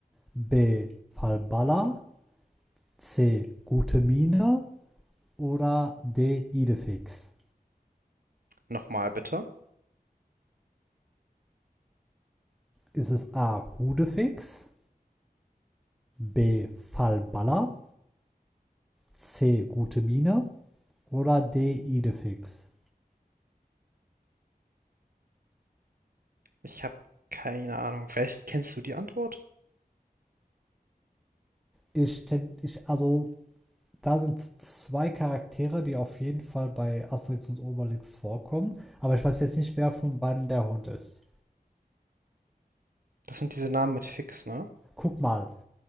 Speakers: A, in the centre; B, on the right.
A: B. Falbala, C. Gute Miene oder D. Idefix.
B: Nochmal bitte.
A: Ist es A. Hudefix, B. Falbala, C. Gute Mine oder D. Idefix.
B: Ich habe keine Ahnung. Vielleicht kennst du die Antwort?
A: Ich, ich, also, da sind zwei Charaktere, die auf jeden Fall bei Asterix und Obelix vorkommen. Aber ich weiß jetzt nicht, wer von beiden der Hund ist.
B: Das sind diese Namen mit Fix, ne?
A: Guck mal.